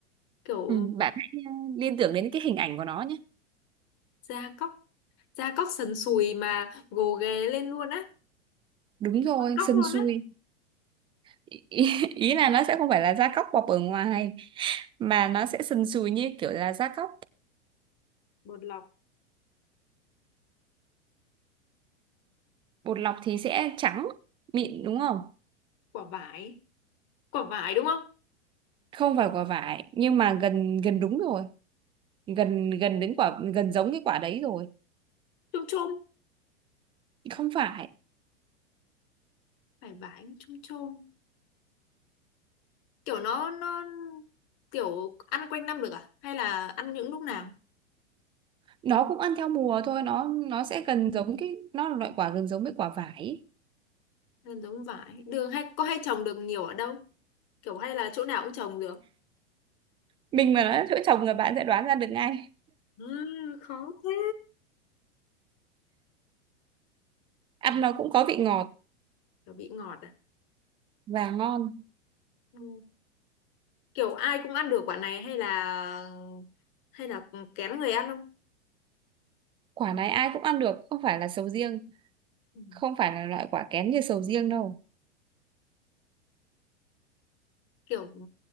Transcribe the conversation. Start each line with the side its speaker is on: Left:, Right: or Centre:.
Left: kiểu
Right: ừ, bạn hãy uh, liên tưởng đến cái hình ảnh của nó nhé
Left: gia cóc gia cóc sần sùi mà gồ ghề lên luôn á
Right: đúng rồi
Left: con cóc
Right: sần
Left: luôn
Right: sùi
Left: á
Right: ý, ý ý là nó sẽ không phải là gia cốc bọc ở ngoài mà nó sẽ sần sùi như kiểu là gia cốc
Left: bột lọc
Right: bột lọc thì sẽ trắng mịn đúng không
Left: quả vải quả vải đúng không
Right: không phải quả vải nhưng mà gần gần đúng rồi gần gần đến quả gần giống cái quả đấy rồi
Left: chôm chôm
Right: không phải
Left: phải vải chôm chôm kiểu nó nó kiểu ăn quanh năm được à hay là ăn những lúc nào
Right: nó cũng ăn theo mùa thôi nó nó sẽ gần giống cái nó là loại quả gần giống với quả vải ý.
Left: là giống vải đường hay có hay trồng được nhiều ở đâu kiểu hay là chỗ nào cũng trồng được
Right: mình mà nói là chỗ trồng người bạn sẽ đoán ra được ngay
Left: À, khó thế
Right: ăn
Left: quả
Right: nó cũng có vị ngọt
Left: quả bị ngọt à
Right: và ngon
Left: ừ. kiểu ai cũng ăn được quả này hay là hay là kén người ăn không
Right: quả này ai cũng ăn được không phải là sầu riêng
Left: ừ.
Right: không phải là loại quả kén như sầu riêng đâu
Left: kiểu ừ,